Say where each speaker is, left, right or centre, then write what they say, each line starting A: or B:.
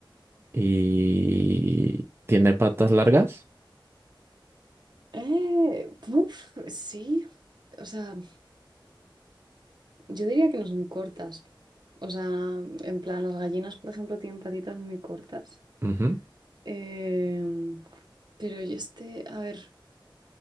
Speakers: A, on the right; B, on the right.
A: y tiene patas largas.
B: Eh, uf, sí, o sea, yo diría que no son cortas. O sea, en plan, las gallinas, por ejemplo, tienen patitas muy cortas.
A: Ujú,
B: Em, pero y este, a ver,